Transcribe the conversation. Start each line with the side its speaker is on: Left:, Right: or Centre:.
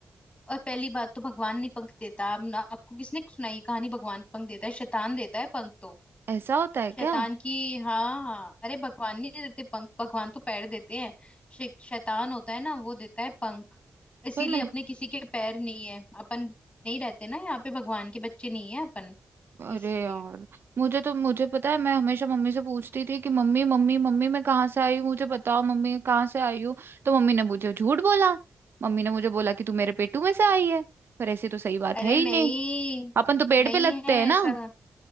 Left: और पहली बात तो भगवान नहीं पंख देता अब ना आपको किसने सुनाई कहानी भगवान पंख देता है शैतान देता है पंख तो
Right: ऐसा होता है
Left: शैतान
Right: क्या
Left: की हाँ हाँ। अरे भगवान नहीं देते पंख भगवान तो पैर देते हैं शे- शैतान होता है ना वो देता है पंख इसीलिए
Right: पर मैं
Left: अपने किसी के पैर नहीं है अपन नहीं रहते ना यहाँ पे भगवान के बच्चे नहीं है अपन
Right: अरे
Left: इसलिए
Right: यार मुझे तो मुझे पता है मैं हमेशा मम्मी से पूछती थी कि मम्मी मम्मी मम्मी मैं कहाँ से आई हूँ मुझे बताओ मम्मी कहाँ से आई हूँ तो मम्मी ने मुझे झूठ बोला मम्मी ने मुझे बोला कि तू मेरे पेटू में से आई है पर ऐसी तो सही बात
Left: अरे
Right: है ही
Left: नहीं
Right: नहीं अपन तो पेड़
Left: नहीं
Right: पे लगते
Left: है
Right: हैं ना
Left: ऐसा